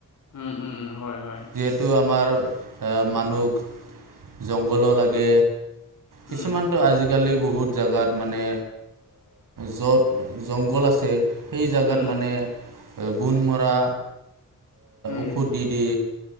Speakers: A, on the left; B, on the right.
A: উম উম উম হয়। হয়।
B: যিহেতু আমাৰ মানুহক জংঘল লাগে।
A: উম,
B: কিছুমানটো আজিকালি বহুত জেগাত মানে যত জংঘল আছে, সেই জাগাত
A: উম,
B: মানে গুণ মৰা
A: উম,
B: ঔষধ দি দি